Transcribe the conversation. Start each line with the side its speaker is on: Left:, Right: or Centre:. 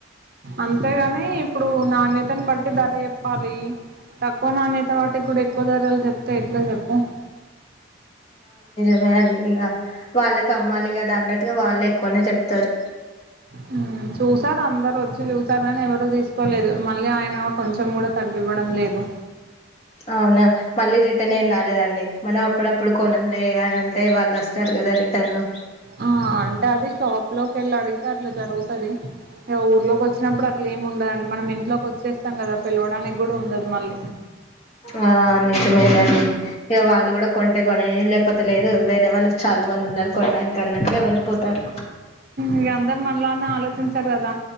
Right: అంతేగాని ఇప్పుడు నా నీతిని బా ధర చెప్పాలి తక్కువ నాన్యాత వాటికి కూడా ఎక్కువ ధరలు చెప్తే ఎట్లా చెప్పండి
Left: మీ అండి ఇగా వాళ్ళకి అమ్మాలి గాద అన్నట్టుగా వాళ్ళు ఎక్కువనే చెప్ తరు
Right: హ్మ్. చూసారు అందరు వచ్చి చూసారు కానీ ఎవరు తీసుకోలేదు మళ్ళీ ఆయన కొంచెం కూడా తగ్గివ్వడం లేదు
Left: అవునా మళ్ళీ రిటర్న్ ఏం రాలేదండి మనం అప్పుడప్పుడు కొనంలే అని అంటే వాళ్ళు వస్తారు కదా రిటర్న్ లో
Right: ఆ అంటే అది షాప్ లోకి వెళ్ళి అడిగితే అట్లా జరుగుతుది ఊర్లోకి వచ్చినప్పుడు అట్లా ఏమి ఉండదండి మనం ఇ ఇంట్లోకి వచ్చేస్తాం కదా పిలవడానికి కూడా ఉండదు మళ్ళీ
Left: ఆ నిజమేనండి ఇక వాళ్ళు కూడా కొంటే కొననీ లేకపోతే లేదు వేరే వాళ్ళు చాలా మంది ఉన్నారు కొనడానికి అన్నటుగా వెళ్ళిపోతారు
Right: ఇగా అందరు మనలానే ఆలోచించారు కదా